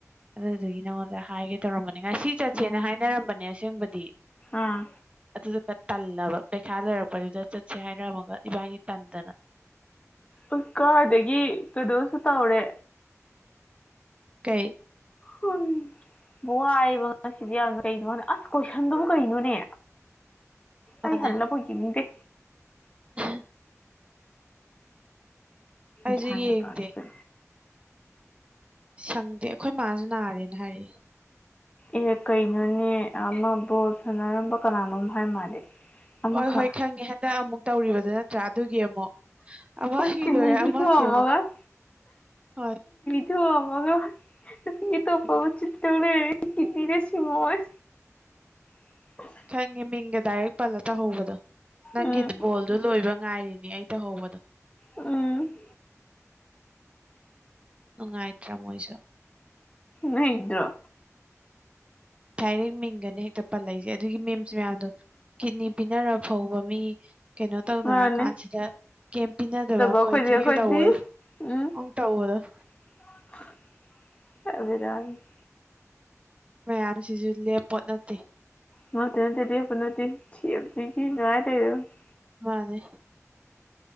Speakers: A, on the right (about 20°); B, on the left (about 20°).
A: ꯑꯗꯨꯗꯨꯒꯤ ꯅꯉꯣꯟꯗ ꯍꯥꯏꯒꯦ ꯇꯧꯔꯝꯕꯅꯤ ꯉꯥꯁꯤ ꯆꯠꯁꯦꯅ
B: ꯎꯝ
A: ꯍꯥꯏꯅꯔꯝꯕꯅꯦ ꯑꯁꯦꯡꯕꯗꯤ
B: ꯑꯥ
A: ꯑꯗꯨꯗꯨꯅ ꯇꯜꯂꯕ ꯄꯩꯈꯥ ꯂꯩꯣꯏꯔꯛꯄꯗꯨꯗ ꯆꯠꯁꯦ ꯍꯥꯏꯔꯝꯃꯒ ꯏꯕꯥꯅꯤ ꯇꯟꯗꯅ
B: ꯎꯁ ꯀꯥꯗꯒꯤ ꯀꯩꯗꯧꯁꯨ ꯇꯧꯔꯦ
A: ꯀꯩ
B: ꯈꯟ ꯋꯥꯏꯕ ꯉꯁꯤꯗꯤ ꯌꯥꯝ ꯀꯩꯅꯣꯅ ꯑꯁ ꯀꯣꯏꯁꯟꯗꯨꯕꯨ ꯀꯩꯅꯣꯅꯦ
A: ꯃꯥꯅꯦ
B: ꯑꯩ ꯍꯜꯂ ꯄꯣꯛ ꯌꯦꯡꯅꯤꯡꯗꯦ
A: <inaudible> ꯑꯩꯁꯨ
B: ꯒꯌ꯭ꯥꯟꯒ
A: ꯌꯦꯡꯗꯦ
B: ꯇꯥꯗꯦꯗ
A: ꯁꯪꯗꯦ ꯑꯩꯈꯣꯏ ꯃꯥꯁꯨ ꯅꯥꯔꯦꯅ ꯍꯥꯏꯔꯛꯢ
B: ꯑꯦ ꯀꯩꯅꯣꯅꯦ ꯑꯃ ꯕꯣꯜ ꯁꯥꯟꯅꯔꯝꯕ ꯀꯅꯥꯅꯣꯝ ꯍꯥꯏ ꯃꯥꯜꯂꯦ ꯑꯃꯈꯛ
A: ꯍꯣꯏ ꯍꯣꯏ ꯈꯪꯉꯦ ꯍꯟꯗꯛ ꯑꯃꯨꯛ ꯇꯧꯔꯤꯕꯗꯨ ꯅꯠꯇ꯭ꯔꯥ ꯑꯗꯨꯒꯤ ꯑꯃꯨꯛ ꯑꯃꯒꯤ
B: ꯑꯁ ꯀꯤꯠꯅꯤ
A: ꯂꯣꯏꯔ
B: ꯄꯤꯊꯣꯛꯑꯝꯃꯒ
A: ꯑꯃꯒꯤ ꯑꯃꯨꯛ ꯍꯣꯏ
B: <unintelligible> ꯑꯃꯒꯥ ꯅꯨꯄꯤ ꯑꯇꯣꯞꯄ
A: ꯎꯝ
B: ꯑꯃ ꯆꯤꯠꯇꯧ ꯂꯩꯔꯝꯃꯦ ꯀꯤꯠꯅꯤꯗꯨ ꯁꯤꯡꯉꯨ ꯑꯣꯏ <inaudible>
A: ꯈꯪꯉꯦ ꯃꯤꯡꯒ ꯗꯥꯏꯔꯦꯛ ꯄꯜꯂ ꯇꯥꯍꯧꯕꯗꯣ ꯅꯪꯒꯤ
B: ꯎꯝ
A: ꯗꯨꯕꯣꯜꯗꯨ ꯂꯣꯏꯕꯥ ꯉꯥꯏꯔꯤꯅꯦ ꯑꯩ ꯇꯧꯍꯧꯕꯗꯣ
B: ꯎꯝ
A: ꯅꯨꯡꯉꯥꯏꯇ꯭ꯔꯥ ꯃꯣꯏꯁꯨ
B: ꯅꯩꯗꯔꯣ
A: ꯗꯥꯏꯔꯦꯛ ꯃꯤꯡꯒꯅꯦ ꯍꯦꯛꯇ ꯄꯜꯂꯛꯏꯁꯦ ꯑꯗꯨꯒꯤ ꯃꯤꯝꯁ ꯃꯌꯥꯝꯗꯣ ꯀꯤꯠꯅꯤ ꯄꯤꯅꯔ ꯐꯥꯎꯕ ꯃꯤ ꯀꯩꯅꯣ ꯇꯧꯅꯔ
B: ꯃꯥꯅꯦ
A: ꯀꯥꯟꯁꯤꯗ ꯀꯩꯝ ꯄꯤꯅꯗꯕ ꯑꯩꯈꯣꯏꯗꯤꯒ
B: ꯑꯩꯈꯣꯏꯗꯤ ꯑꯩꯈꯣꯏꯗꯤ
A: ꯇꯧꯕꯥꯗꯣ
B: ꯎꯝ
A: ꯑꯪ ꯇꯧꯕꯗꯣ
B: <unintelligible>
A: ꯃꯌꯥꯝꯁꯤꯁꯨ ꯂꯦꯞꯄꯣꯠ ꯅꯠꯇꯦ
B: ꯅꯠꯇꯦ ꯅꯇꯦ ꯗꯦꯞꯀꯤ ꯅꯠꯇꯦ <unintelligible>
A: ꯃꯥꯅꯦ